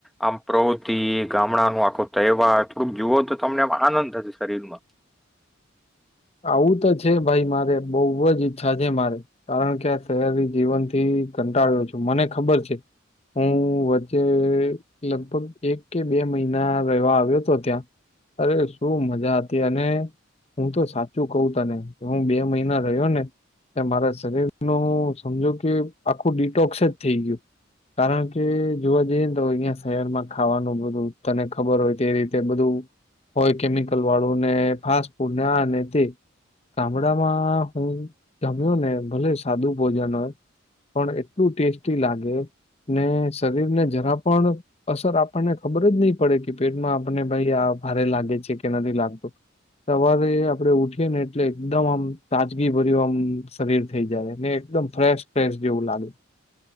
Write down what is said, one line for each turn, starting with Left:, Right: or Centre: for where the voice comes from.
Centre: આમ પ્રવૃતિ ગામડાનું આખો તહેવાર થોડુંક જુઓ તો તમને આમ આનંદ થશે શરીરમાં.
Left: આવું તો છે ભાઈ મારે બહુ જ ઈચ્છા છે મારે કારણ કે આ શહેરી જીવન થી કંટાળ્યો છું મને ખબર છે હું વચ્ચે લગભગ એક કે બે મહિના રહેવા આવ્યો હતો ત્યાં અરે શું મજા હતી અને હું તો સા સાચું કહું તને હું બે મહિના રહ્યો ને તે મારા શરીર નું સમજો કે આખું ડિટોક્સ જ થઈ ગયું કારણ કે જોવા જઈએને તો અહીંયા શહેરમાં ખાવાનું બધું તને ખબર હોય તે રીતે બધું હોય કેમિકલ વાળું ને ફાસ્ટ ફૂડ ને આ ને ગામડામાં હું જમ્યો ને ભલે સાદું ભોજન હોય પણ એટલું ટેસ્ટી લાગે ને શરીર ને જરા પણ અસર આપણને ખબર જ નહી પડે પેટમાં આપને ભાઈ આ ભારે લાગે છે કે નથી લાગતું સવારે આમ આપડે ઉઠીએ ને એટલે એકદમ આમ તાજગી ભર્યું આમ શરીર થઈ જાય ને એકદમ ફ્રેશ ફ્રેશ જેવું લાગે.